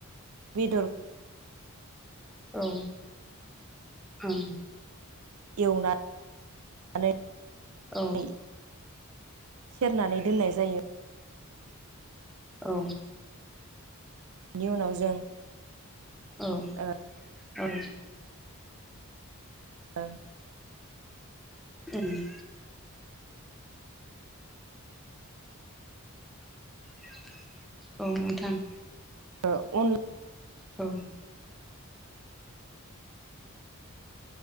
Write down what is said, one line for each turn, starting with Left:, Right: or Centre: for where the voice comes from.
Right: बिदर
Centre: औ ओं
Right: एवना <unintelligible>
Centre: औ
Right: सेरनानै दोननाय जायो।
Centre: औ
Right: नि उनाव जों
Centre: औ
Right: ओ
Centre: औ
Right: ओं
Centre: उम हेल' औ नोंथां
Right: ओ अन
Centre: औ